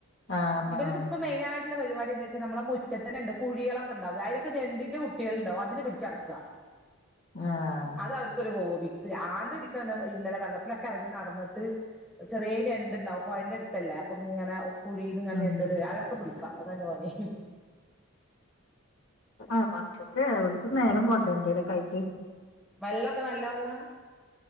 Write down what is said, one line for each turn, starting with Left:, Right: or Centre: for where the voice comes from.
Left: ആഹ്
Centre: ഇവർക്കിപ്പ
Left: ആഹ്
Centre: മെയിനായിട്ട് പിന്നെള്ള പരിപാടിന്താെച്ചാ നമ്മുടെ മുറ്റത്തന്നെണ്ട് കുഴികളൊക്കെണ്ടകും അതിലൊക്കെ ഞെണ്ടിന്റെ കുട്ടികൾ ഉണ്ടാവും അതിന് പിടിച്ച നടക് ആ
Left: ആഹ്
Centre: അത അവർക്ക് അതൊക്കൊരു ഹോബി പിരാന്ത് പിടിക്ക ഇന്നലെ വെള്ളത്തിലൊക്കെ ഇറങ്ങി നടന്നിട്ട് ചെറിയ ഞണ്ട്ണ്ടാവും പുഴൻ്റെടുത്തല്ലേ അപ്പൊ ഇങ്ങനെ കുഴീന്ന്ങ്ങനെ
Left: ഉം
Centre: ഞണ്ടള് അതൊക്കെ പിടിക്കാ അതാണ് പണീ
Left: ആഹ് മക്കക്കും നേരം പോണ്ടേ എന്തേലൊക്കായിട്ട്
Centre: വെള്ളക്കെ നല്ല വെള്ളാ